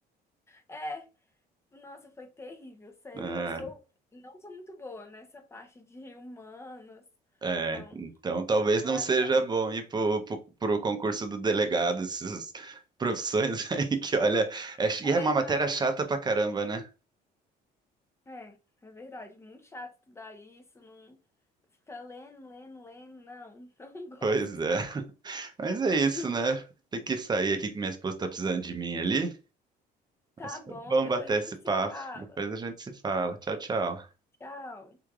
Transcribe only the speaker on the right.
Ah,
é,
então talvez
não
seja
bom ir pro, pro, pro concurso do delegado, essas profissões <laughs> aí que, olha, é ch-
e é uma matéria
chata pra caramba, né?
Pois é. Mas
é isso, né? Tem que sair aqui que minha esposa tá precisando de mim ali.
Mas foi
bom
bater
esse papo.
Depois a gente se fala. Tchau, tchau.